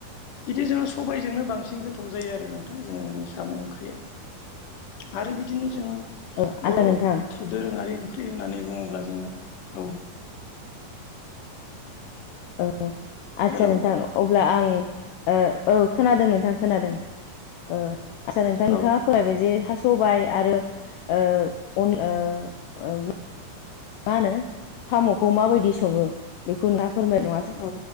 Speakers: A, on the left (about 70°); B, on the left (about 80°).
A: इदि जोङो सबायजोंनो बांसिन गोथाव जायो आरो ना? जोंङो साम' ओंख्रिया आरो बिदिनो जोङो
B: औ
A: बर'
B: आदसा नोंथां
A: दोरोङारि ओंख्रि होननानै बुङोब्ला जोङो औ
B: औ आदसा
A: हेलौ
B: नोंथां। अब्ला आं ओ औ खोनादों नोंथां खोनादों। ओ आदसा नोंथां
A: औ
B: नोंथाङा। फरायबाय जे हा स'बाइ आरो ओ अन ओ ओ मा होनो साम'खौ माबायदि सङो बेखौ नोंहा फोरमाय नङा
A: औ